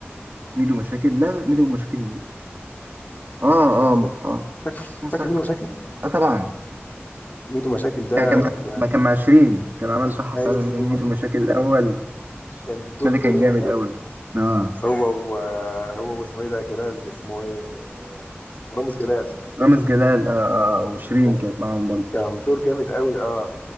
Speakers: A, on the right (about 45°); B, on the left (about 40°).
A: ميدو مشاكل لا لا ميدو مشاكل اه اه
B: فاكر انت
A: اه
B: فاكر
A: آه، صح.
B: فاكر ميدو مشاكل
A: آه، طبعا
B: ميدو مشاكل ده
A: كان كان مع-
B: يعني
A: ما كان مع شيرين كان عمل صح
B: ايوه
A: فعلا ميدو مشاكل الاول
B: كان الدور
A: ده
B: ده
A: كان
B: جامد
A: جامد
B: قوي
A: قوي اه
B: هو و... هو واسمه ايه ده جلال اسمه ايه آه، رامز جلال
A: رامز جلال آه آه وشيرين
B: يعني
A: كانت معاهم برضه
B: كان دور جامد قوي اه